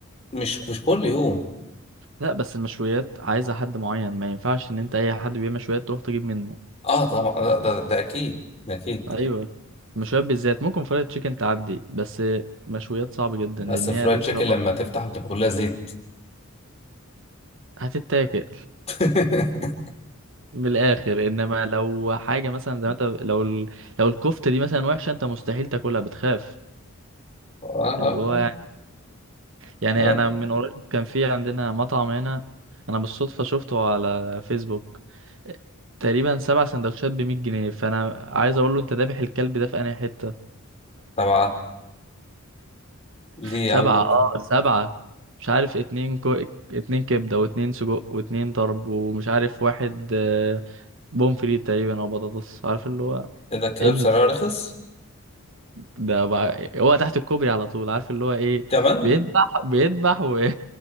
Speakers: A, on the left; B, on the right.
A: مش مش كل يوم
B: لا بس المشويات عايزة حد معين ما ينفعش إن أنت أي حد بيعمل مشويات تروح تجيب منه
A: اه طبعا ده ده, ده اكيد ده اكيد
B: ايوه مشويات بالذات ممكن فرايد تشيكن تعدي بس مشويات صعب جدا
A: بس
B: لان
A: فرايد
B: هي لازم
A: تشيكن
B: تبقى
A: لما
B: مطحونة
A: تفتح بتبقى كلها زيت
B: هتتاكل
A: <laughs>
B: من الاخر انما لو حاجه مثلا زي ما انت لو ال... لو الكفته دي مثلا وحشه انت مستحيل تاكلها بتخاف
A: آه،
B: اللي هو يعني
A: آه،
B: انا من قريب كان في عندنا مطعم هنا انا بالصدفه شفته على فيسبوك تقريبا سبع سندوتشات ب 100 جنيه فانا عايز اقول له انت ذابح الكلب ده في انهي حته
A: طبعا ليه
B: سبعة
A: عملوا
B: اه
A: كده
B: سبعة مش عارف اتنين كو... اتنين كبدة واتنين سجق واتنين طرب ومش عارف واحد آه، بومفريت تقريبا او بطاطس عارف اللي هو
A: إيه ده الكلاب
B: امل
A: سعرها رخص
B: ده بقى... هو تحت الكوبري على طول عارف اللي هو ايه
A: كمان
B: بيذبح بيذبح و... <laughs>